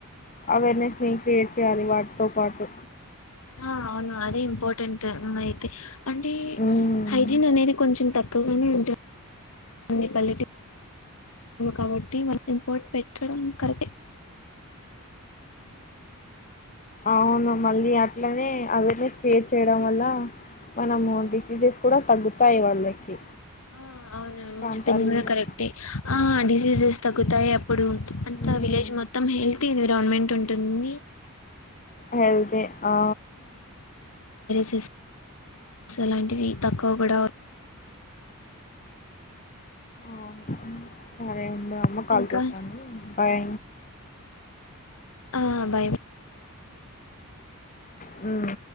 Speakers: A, on the left; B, on the left.
A: అవేర్నెస్ని క్రియేట్ చెయ్యాలి వాటితో పాటు
B: ఆ అవును అదే ఇంపార్టెంట్ అయితే అంటే
A: ఉమ్,
B: హై జిన్ అనేది కొంచెం తక్కువగానే ఉంటుంది అ కాలిటీ కాబట్టి ఇంపోట్ పెట్టడం కరెక్ట్
A: అవును మళ్ళీ అట్లనే అవేర్నెస్ క్రియేట్ చేయడం వల్ల మనము డిసీజెస్ కూడా తగ్గుతాయి వాళ్ళకి
B: ఆ అవునవును నువు
A: ప్రాంతాలలో
B: చెప్పింది కూడా కరెక్టే ఆ డిసీజెస్ తగ్గుతాయి అప్ ప్పుడు అంత
A: హ్మ్.
B: విలేజ్ మొత్ మొత్తం హెల్తీ ఎన్విరాన్మెంట్ ఉంటుంది
A: హెల్దిీ ఆ
B: జెస్ అలాంటివి తక్కువ కూడా
A: అవును సరే ఉండు అమ్మా కాల్
B: ఇంకా
A: చేస్తోంది బాయ్
B: ఆ బాయ్ బా
A: హుం